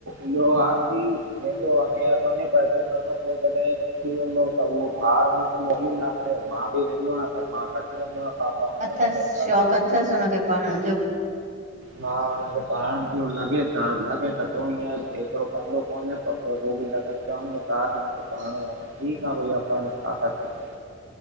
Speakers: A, on the right; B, on the right.
A: ईदोआ आ की वेंदो आ केर मञे पाइदो हुन खां पोइ जॾहिं। थी वेंदो त उहो भार हुनखे मोकिलिदासे, मां भी वेंदो आयां पर मां घटि वेंदो आहियां। पापा हुनखे
B: अथसि,
A: सॾु
B: शौंक़
A: करणु
B: अथसि हुनखे पढ़ण जो।
A: हा हुनखे पढ़ण जो लॻे त, लॻे त तो हीअ एतिरो कंदो कोन त बि लॻंदो च़ंवन त ता मुखे पढ़यो आ त ठीक आ, भाईया पढ़ <unintelligible>